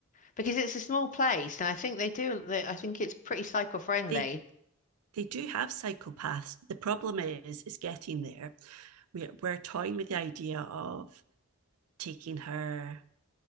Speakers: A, on the left; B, on the right.
A: Because it's a small place and I think they do, they, I think it's pretty cycle-friendly.
B: They they do have cycle paths. The problem is is getting there. We're, we're toying with the idea of taking her